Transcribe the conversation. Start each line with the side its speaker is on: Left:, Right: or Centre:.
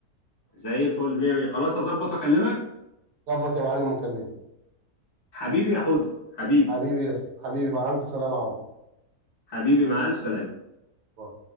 Left: زي الفل مية مية خلاص اظبط واكلمك
Right: ظبط يا معلم وكلمني
Left: حبيبي يا حوده حبيبي
Right: حبيبي يا اسطى حبيبي مع الف سلامه يا عمرو
Left: حبيبي مع الف سلامه
Right: باي.